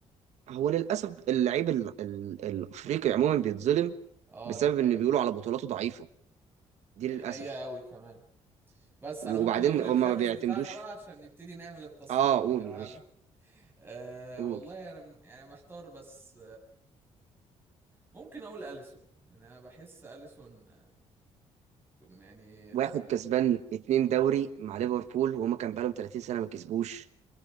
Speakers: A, on the right; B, on the right.
A: هو للاسف اللعيب ال- ال- الافريقي عموما بيتظلم
B: اه
A: بسبب
B: دي حقيقة
A: ان بيقولوا على بطولاته ضعيفه
B: دي
A: دي للاسف
B: حقيقة قوي كمان بس
A: وبعدين
B: انا ممكن اقول
A: هم
B: الخامس
A: ما بيعتمدوش
B: بتاعنا بقى عشان نبتدي نعمل التصفيات
A: اه قول
B: يا معلم
A: معلش
B: آه
A: قول
B: والله انا م- يعني محتار بس ممكن اقول اليسون يعني انا بحس اليسون يعني
A: واحد
B: لا
A: كسبان اتنين دوري مع ليفربول وهما كان بقالهم 30 سنه ما كسبوش